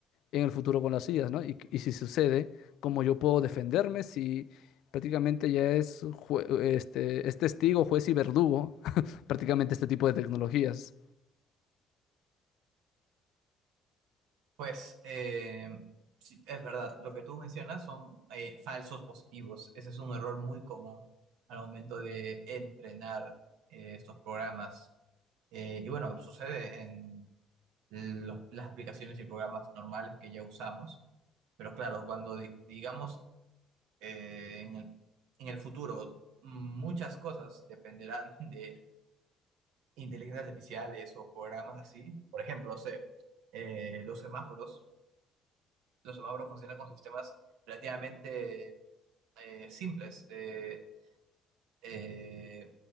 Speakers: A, on the left; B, on the right.
A: en el futuro con las IAs, ¿no? Y, y si sucede, cómo yo puedo defenderme si prácticamente ya es, jue- este, es testigo, juez y verdugo, <laughs> prácticamente este tipo de tecnologías.
B: Pues eh, sí, es verdad, lo que tú mencionas son eh, falsos positivos. Ese es un error muy común al momento de entrenar eh, estos programas. Eh, y bueno, sucede en los- las aplicaciones y programas normales que ya usamos, pero claro, cuando di- digamos eh, en el, en el futuro mm, muchas cosas dependerán <laughs> de inteligencias artificiales o programas así. Por ejemplo, no sé, eh, los semáforos. los semáforos funcionan con sistemas relativamente eh, simples de eh,